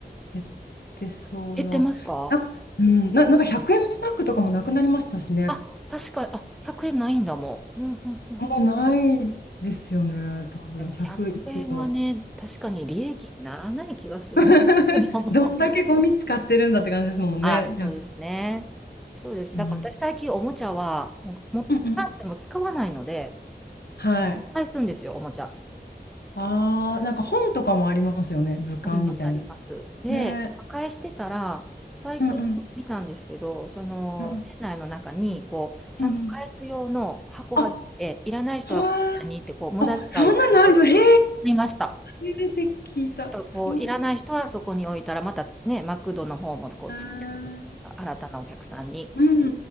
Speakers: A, on the left; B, in the centre.
A: 減ってそうな。
B: 減ってますか
A: なんか、うん、な、なんか100円マックとかもなくなりましたしね。
B: あ、確かに、あ、100円ないんだもん。うんうんうん。
A: もうないですよね、多分100いくら。
B: でも100円はね、確かに利益にならない気がするな。
A: <laughs>
B: ども。
A: どんだけゴミ使ってるんだって感じですもんね。
B: <laughs> あ、そうですね。
A: ひゃく
B: そうです。
A: うん
B: だから私最近おもちゃは、もう、もったっても使わないので、
A: うんうんうん。はい。
B: 返すんですよ、おもちゃ。
A: ああ、なんか本とかもありますよね。図鑑みたいな。
B: あります、あります。で、
A: ね。
B: なんか返してたら、最近見たんですけど、
A: うんうん。
B: その、
A: うん
B: 店内の中に、こう、ちゃんと返す用の箱ができて、
A: うん。あ、は
B: いらない人はこちらにって、
A: ー
B: こう、無駄遣いを
A: あ、そんなのあるの。へえ。
B: ありました。
A: 初めて聞いた。
B: とこういらない人はそこに置いたらまたねマクドの方もこう使えるじゃないですか新たなお客さんに。
A: そう。へーうんう